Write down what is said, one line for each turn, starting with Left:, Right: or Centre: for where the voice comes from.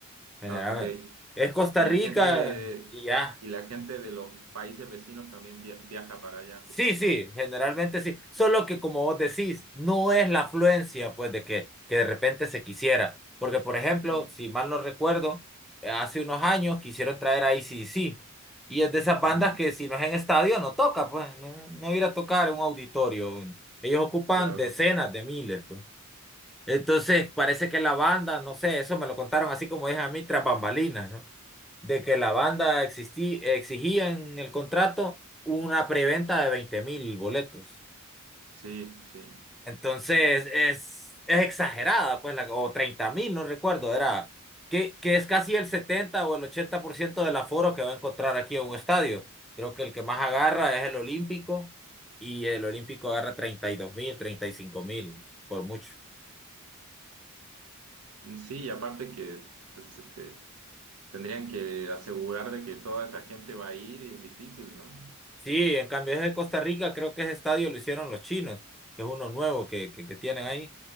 Centre: generalmente.
Right: ok.
Centre: Es Costa
Right: Y la
Centre: Rica
Right: gente,
Centre: y ya.
Right: y la gente de los países vecinos también via- viaja para allá, supongo.
Centre: Sí, sí, generalmente sí. Solo que como vos decís, no es la afluencia, pues, de que, que de repente se quisiera. Porque, por ejemplo,
Right: Bueno,
Centre: si mal no recuerdo, eh, hace unos años quisieron traer a ac Y es de esas bandas
Right: mm,
Centre: que si no es en estadio no toca, pues, no, no ir a tocar en un auditorio. uno. Ellos ocupan
Right: claro,
Centre: decenas de miles, pues. Entonces, parece que la banda, no sé, eso me lo contaron así como dije a mí tras bambalinas, ¿no? de que la banda existí- exigía en el contrato una preventa de veinte mil boletos.
Right: sí, sí.
Centre: Entonces es, es exagerada, pues, la, o treinta mil, no recuerdo, era que, que es casi el 70 o el 80% del aforo que va a encontrar aquí en un estadio. Creo que el que más agarra es el Olímpico y el Olímpico agarra treinta y dos mil, treinta y cinco mil, por mucho.
Right: Mm, Sí, y aparte que, pues, este, tendrían que asegurar de que toda esa gente va a ir y es difícil, ¿no?
Centre: Sí, en cambio es de Costa Rica, creo que ese estadio lo hicieron los chinos, que es uno nuevo que, que, que tienen ahí,